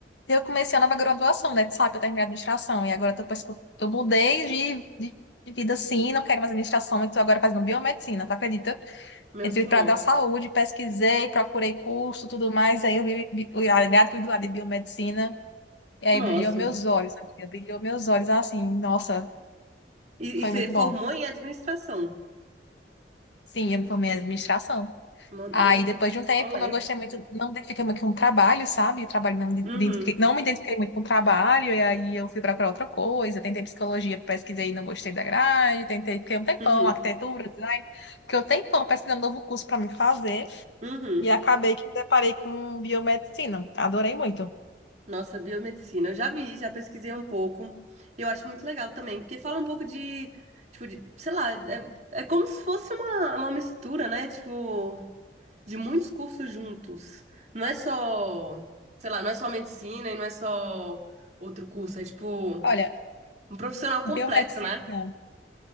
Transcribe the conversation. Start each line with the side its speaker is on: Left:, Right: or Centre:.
Left: Eu comecei a nova graduação, né? Tu sabe, eu terminei a administração. E agora, depois que eu eu mudei de, de, de vida assim, não quero mais administração, e tô agora fazendo biomedicina, tu acredita?
Right: Meu
Left: Entrei
Right: senhor.
Left: pra dar saúde, pesquisei, procurei curso, tudo mais. Aí eu vi, vi o ligado lá de biomedicina. E aí
Right: Nossa.
Left: brilhou meus olhos, amiga. Brilhou meus olhos assim, nossa,
Right: E,
Left: foi
Right: e você
Left: muito
Right: formou
Left: bom.
Right: em administração.
Left: Sim, eu me formei em administração.
Right: Mo-
Left: Aí
Right: Meu Deus,
Left: depois de um
Right: que
Left: tempo
Right: rolê.
Left: não gostei muito, não identifiquei muito com o trabalho, sabe? O trabalho não, me
Right: Uhum,
Left: identifiquei- não me identifiquei muito com o trabalho, e aí eu fui procurar outra coisa, tentei psicologia, pesquisei e não gostei da grade, tentei, fiquei um tempão,
Right: uhum,
Left: arquitetura, design, fiquei um tempão pesquisando um novo curso para me fazer,
Right: uhum.
Left: e acabei que me deparei com biomedicina, adorei muito.
Right: Nossa, biomedicina. Eu já vi, já pesquisei um pouco. Eu acho muito legal também, porque fala um pouco de, tipo, de, sei lá, é, é como se fosse uma, uma mistura, né? Tipo, de muitos cursos juntos. Não é só, sei lá, não é só medicina e não é só outro curso. É, tipo,
Left: Olha,
Right: um profissional completo,
Left: biomedicina,
Right: né?